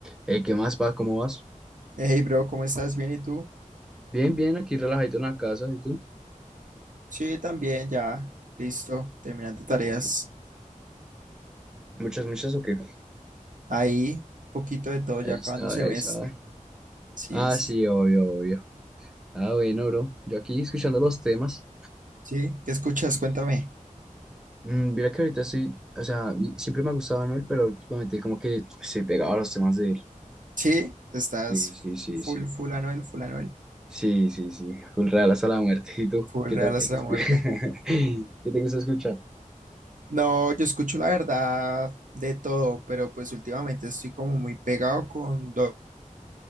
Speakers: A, in the centre; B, on the right.
A: Ey, ¿qué más, pa? ¿Cómo vas?
B: Hey, bro, ¿cómo estás? ¿Bien y tú?
A: Bien, bien, aquí relajadito en la casa, ¿y tú?
B: Sí, también, ya, listo, terminando tareas.
A: No, Muchas, muchas, ¿o qué?
B: Ahí, poquito de todo,
A: Ahí
B: ya acabando
A: está,
B: semestre.
A: ahí está.
B: Sí,
A: Ah,
B: sí,
A: sí, obvio, obvio. Ah, bueno, bro. Yo aquí escuchando los temas.
B: sí. ¿Qué escuchas?
A: Sí.
B: Cuéntame.
A: Mm, mira que ahorita estoy, o sea, mi- siempre me ha gustado Anuel, pero últimamente como que estoy pegado a los temas de él.
B: Sí, estás
A: Sí, sí, sí,
B: full,
A: sí.
B: full Anuel, full Anuel,
A: Sí, sí, sí. Full real hasta la muerte. ¿Y tú?
B: full
A: ¿Qué
B: Real
A: tal? ¿Qué
B: hasta
A: te, escu-
B: la muerte.
A: <laughs> ¿Qué te gusta escuchar?
B: No, yo escucho la verdad de todo, pero pues últimamente estoy como muy pegado con doble